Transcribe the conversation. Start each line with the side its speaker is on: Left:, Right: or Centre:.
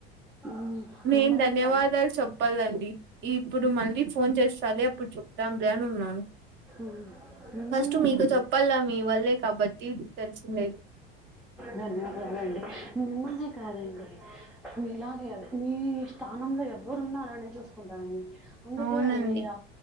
Centre: మ్,
Right: నేన్
Centre: మిమ్మల్నే
Right: ధన్యవాదాలు
Centre: కాదు
Right: చెప్పాలండి ఇప్పుడు మళ్ళీ ఫోన్ చేస్తాలే అప్పుడు చెప్పు దాంర అని ఉన్నాను
Centre: మ్, మిమ్మల్నే
Right: ఫస్ట్ మీకు
Centre: కాదు
Right: చెప్పాల మీ వల్లే కాబట్టి తెలిసిండేది
Centre: ధన్యవాదలండి మిమ్మలిని కాదండి మీలాగే మీ స్థానంలో ఎవరు ఉన్నా అలానే చూసుకుంటారండి. అందుకే
Right: అవునండి
Centre: అండి అ